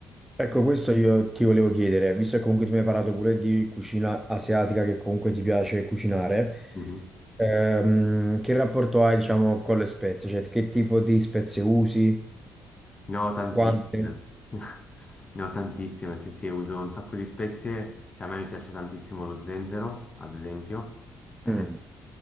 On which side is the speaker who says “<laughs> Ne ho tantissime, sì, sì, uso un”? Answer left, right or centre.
Left